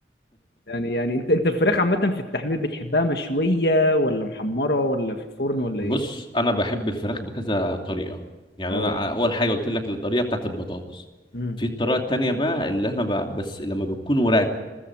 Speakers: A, on the left; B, on the left.
A: يعني يعني انت انت الفراخ عامة في التحمير بتحبها مشوية ولا محمرة ولا في الفرن ولا
B: بص
A: ايه
B: انا بحب الفراخ بكذا طريقه يعني
A: اه
B: انا اول حاجه قلت لك الطريقه بتاعت البطاطس
A: امم
B: في الطريقه التانية بقى اللي احنا بقى بس لما بتكون وراك